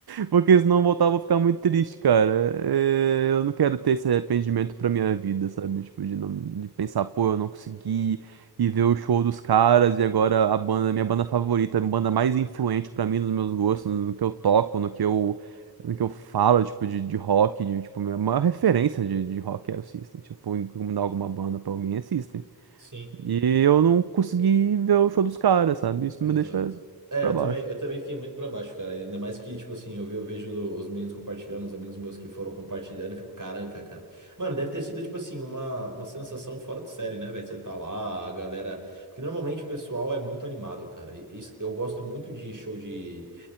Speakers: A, on the right; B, on the right.
A: Porque senão voltar eu vou ficar muito triste, cara. É, Eu não quero ter esse arrependimento pra minha vida, sabe? Tipo, de, não, de pensar, pô, eu não consegui e ver o show dos caras e agora a banda, minha banda favorita, a banda mais influente pra mim, nos meus gostos, no que eu toco, no que eu, no que eu falo, tipo, de, de rock, de, tipo, minha maior referência de, de rock é o System. Se eu for encomendar alguma banda pra alguém, é System.
B: Sim.
A: E eu não consegui ver o show dos caras, sabe? Isso
B: Exato.
A: me deixa
B: É,
A: pra
B: eu
A: baixo.
B: também, eu também fiquei muito pra baixo, cara. Ainda mais que, tipo assim, eu, ve- eu vejo os meninos compartilhando, os amigos meus que foram compartilhando, eu fico, caraca, cara. Mano, deve ter sido, tipo assim, uma, uma sensação fora de série, né, velho? Você tá lá, a galera. Porque normalmente o pessoal é muito animado, cara. E isso- eu gosto muito de show de,